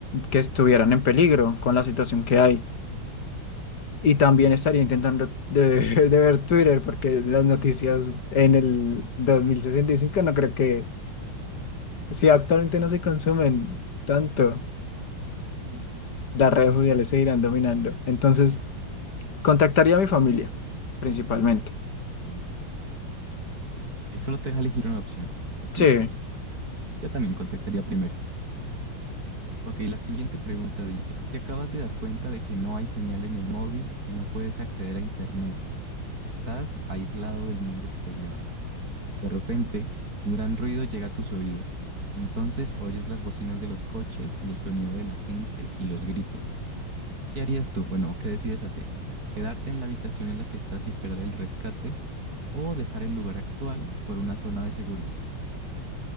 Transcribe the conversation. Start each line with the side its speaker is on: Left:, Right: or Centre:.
Left: que estuvieran en peligro con la situación que hay. Y también estaría intentando de, <laughs> de ver Twitter porque las noticias en el 2065 no creo que, si actualmente no se consumen tanto,
Right: Ok,
Left: las redes sociales seguirán dominando. Entonces, contactaría a mi familia, principalmente.
Right: ok. Sí, solo te deja elegir una opción. Ok,
Left: Sí.
Right: está bien, sí. Yo también contactaría primero. Ok, la siguiente pregunta dice, te acabas de dar cuenta de que no hay señal en el móvil y no puedes acceder a internet. Estás aislado del mundo exterior. De repente, un gran ruido llega a tus oídos. Entonces oyes las bocinas de los coches y el sonido de la gente y los gritos. ¿Qué harías tú? Bueno, ¿qué decides hacer? ¿Quedarte en la habitación en la que estás y esperar el rescate o dejar el lugar actual por una zona de seguridad?